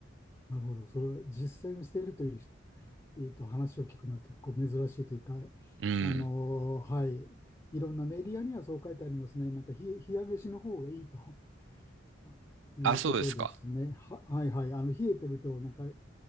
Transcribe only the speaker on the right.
うん。
あ、そうですか。